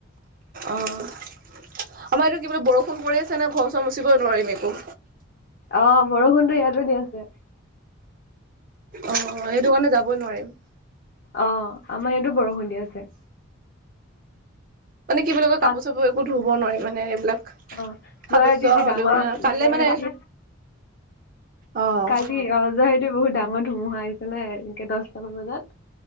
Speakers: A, on the right; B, on the left.
A: অ', আমাৰ এইটো কি বুলি বৰষুণ পৰি আছে ন' ঘৰ, চৰ মুচিবই নোৱাৰিম একো।
B: অ', বৰষুণতো ইয়াতো দি আছে।
A: অ', এইটো কাৰণে যাবই নোৱাৰিম।
B: অ', <unintelligible> বৰষুণ দি আছে।
A: মানে কি বুলি কয়
B: কাল
A: কাপোৰ, চাপোৰ একো ধুব নোৱাৰি মানে এইবিলাক
B: অ', যোৱা
A: সাতৰ
B: ৰাতি
A: চোৱা
B: যি ডাঙৰ
A: হ'লেও মানে, কাইলে
B: যোৱা ৰাতি
A: মানে অ',
B: কালি অ', <unintelligible> বহুত ডাঙৰ ধুমুহা আহিছেনে এনেকে দচটামান বজাত